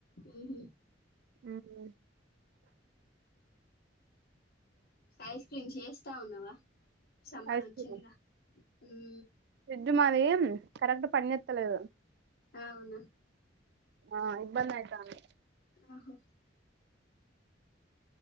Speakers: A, on the left (about 55°); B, on the right (about 60°).
A: ఊహూ
B: ఉహూ
A: ఐస్ క్రీమ్ చేస్తా ఉన్నావా సమ్మర్
B: ఐస్
A: వచ్చిందిగా
B: క్రీమ్
A: ఉం
B: ఫ్రిడ్జ్ మాది కరెక్ట్ పని జెత్తలేదు
A: అవునా
B: ఆ ఇబ్బంది అయితంది
A: ఆహో